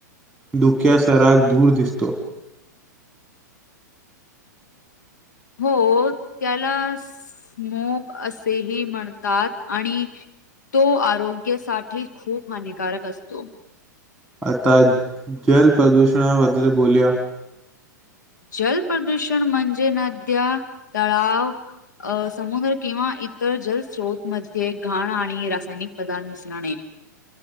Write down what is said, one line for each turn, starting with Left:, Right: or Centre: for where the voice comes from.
Centre: धुक्या सराक धूर दिसतो.
Left: हो. त्याला स्मोग असेही म्हणतात आणि तो आरोग्यासाठी खूप हानिकारक असतो.
Centre: आता जल प्रदूषणा बदल बोलूया.
Left: जल प्रदूषण म्हणजे नद्या, तळाव, अ समुद्र किंवा इतर जलस्रोतमध्ये घाण आणि रासायनिक पदार्थ मिस्रणे